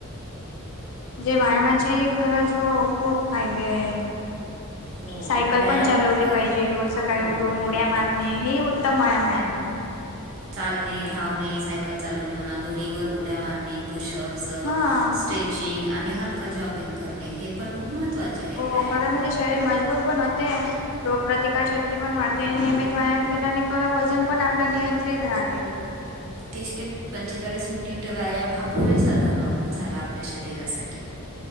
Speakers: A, on the left; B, on the right.
A: जे व्यायामाचे खरंच हो खूप फायदे आहेत.
B: हो
A: सायकल
B: व्यायामामुळं
A: पण चालवले पाहिजे रोज सकाळी
B: हो
A: उठून
B: बरोबर
A: उड्या मारणे
B: आहे
A: हे. उतम व्याम आहे.
B: चालणे, धावणे, सायकल चालवणे म्हणा दोरीवर उड्या मारणे. पुशअप्स,
A: हा
B: स्ट्रेचिंग आणि हलका जॉगिंग करणे हे पण खूप महत्त्वाचे. आहेत
A: हो
B: व्यायामामध्ये
A: खरं म्हणजे शरीर मजबूत पण होते. रोग प्र्रतिकार शक्ती पण वाढते आणि नियमित व्यायाम केला आणि खरं वजन पण आपलं नियंत्रित राहते.
B: तीस ते पंचेचाळीस मिनिट व्यायाम हा पुरेसा झालो झाला आपल्या शरीरासाठी.